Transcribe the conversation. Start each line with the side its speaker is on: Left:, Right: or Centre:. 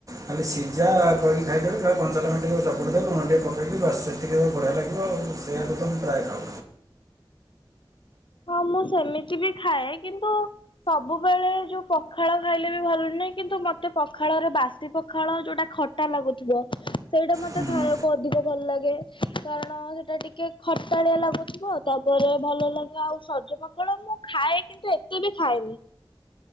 Right: ଖାଲି ସିଝା ଦଳିକି ଖାଇଦେବେ ଖାଲି କଞ୍ଚା ଲଙ୍କା ଟିକେ ପୋଡ଼ି ଦେବେ ଲୁଣ ଟିକିଏ ପକେଇକି ବାସ୍ ସେତିକିରେ ବଢ଼ିଆ ଲାଗିବ ଆଉ ସେଇଆକୁ ତ ମୁଁ ପ୍ରାୟ ଖାଉ।
Left: ହଁ ମୁଁ ସେମିତି ବି ଖାଏ। କିନ୍ତୁ ସବୁବେଳେ ଯୋଉ ପଖାଳ ଖାଇଲେ ବି ଭଲ ନୁହେଁ। କିନ୍ତୁ ମତେ ପଖାଳରେ ବାସ୍ ବାସି ପଖାଳ ଯୋଉଟା ଖଟା ଲାଗୁଥିବ ସେଇଟା ମତେ
Right: ହୁଁ।
Left: ଖାଇବା କୁ ଅଧିକ ଭଲ ଲାଗେ। କାରଣ ସେଟା ଟିକେ ଖଟାଳିଆ ଲାଗୁଥିବ, ତାପରେ ଭଲ ଲାଗେ ଆଉ ସଜ ପଖାଳ ମୁଁ ଖାଏ କିନ୍ତୁ ଏତେ ବି ଖାଏନି।